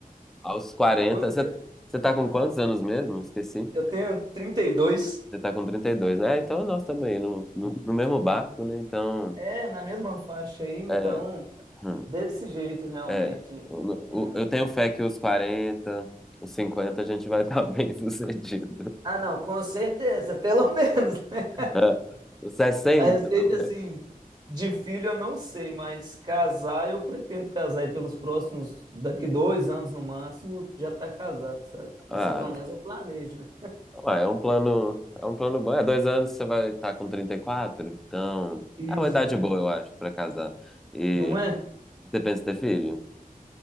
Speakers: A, in the centre; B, on the right.
A: aos quarenta
B: tô nesse.
A: Você você tá com quantos anos mesmo? Esqueci.
B: Eu tenho 32.
A: Você tá com 32, né? Então nós também no, no, no mesmo barco, né? Então,
B: É, na mesma faixa aí, então,
A: é, hum,
B: desse jeito realmente.
A: é. O-
B: Hum.
A: o- Eu tenho fé que os 40, os 50 a gente vai estar <laughs> bem sucedido.
B: Ah, não, com certeza, pelo <laughs> menos, né?
A: É. Os 60
B: A receita
A: talvez.
B: assim, de filho eu não sei, mas casar eu pretendo casar e pelos próximos, daqui dois anos no máximo, já tá casado, sabe? Isso
A: Ah,
B: aí pelo menos eu planejo, né?
A: Ué, é um plano, é um plano bom. É dois anos você vai estar com 34, então
B: Isso,
A: é uma idade
B: é.
A: boa, eu acho, pra casar. E
B: Não é?
A: você pensa em ter filho?